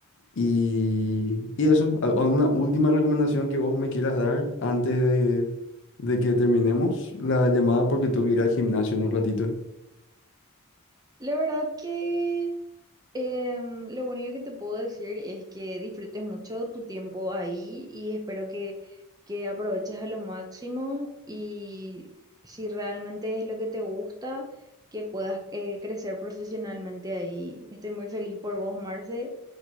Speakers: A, on the left; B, on the right.
A: Y, y eso, ¿al- ¿alguna última recomendación que vos me quieras dar antes de, de que terminemos la llamada? Porque tengo que ir al gimnasio en un ratito.
B: La verdad que Em, lo único que te puedo decir es que disfrutes mucho tu tiempo ahí y espero que, que aproveches a lo máximo y si realmente es lo que te gusta, que puedas eh, crecer profesionalmente ahí. Estoy muy feliz por vos, Marce,